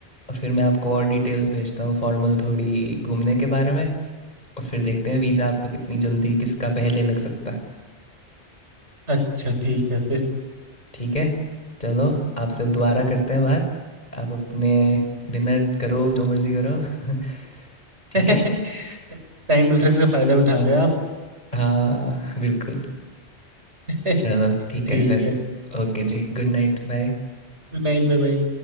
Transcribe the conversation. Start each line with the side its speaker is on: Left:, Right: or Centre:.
Left: और फिर मैं आपको और डिटेल्स भेजता हूँ फॉर्मल थोड़ी घूमने के बारे में और फिर देखते हैं वीज़ा आपका कितनी जल्दी किसका पहले लग सकता है
Right: अच्छा ठीक है
Left: ठीक है चलो आपसे दोबारा करते हैं बात आप अपने डिनर करो जो मर्ज़ी करो <laughs> ठीक
Right: फिर
Left: है
Right: <laughs> टाइम डिफरेंस का फायदा उठा रहे हो आप
Left: हाँ बिल्कुल
Right: <laughs>
Left: चलो ठीक
Right: ठीक
Left: है फिर
Right: है
Left: ओके जी गुड नाइट बाय
Right: गुड नाइट भाई